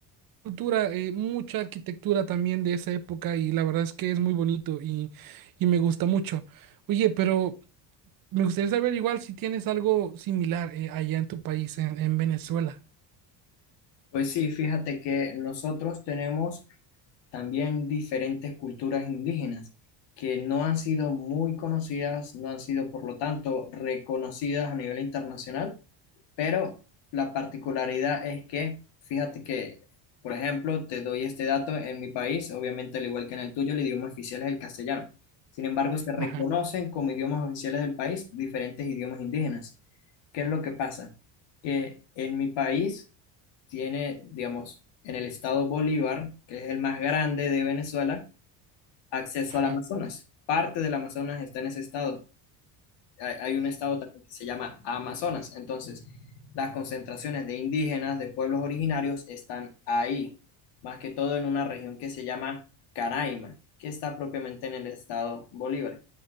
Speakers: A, on the right (about 50°); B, on the left (about 65°).
A: cultura, eh, mucha arquitectura también de esa época y la verdad es que es muy bonito y, y me gusta mucho. Oye, pero me gustaría saber igual si tienes algo similar eh, allá en tu país, en, en Venezuela.
B: Pues sí, fíjate que nosotros tenemos también diferentes culturas indígenas que no han sido muy conocidas, no han sido por lo tanto reconocidas a nivel internacional, pero la particularidad es que, fíjate que, por ejemplo, te doy este dato, en mi país, obviamente al igual que en el tuyo, el idioma oficial es el castellano. Sin embargo, se reconocen
A: Ajá,
B: como idiomas oficiales del país diferentes idiomas indígenas. ¿Qué es lo que pasa? Que en mi país tiene, digamos, en el estado Bolívar, que es el más grande de Venezuela, acceso
A: ajá,
B: al Amazonas. Parte del Amazonas está en ese estado. Hay, hay un estado también que se llama Amazonas. Entonces, las concentraciones de indígenas, de pueblos originarios, están ahí, más que todo en una región que se llama Caraima, que está propiamente en el estado Bolívar.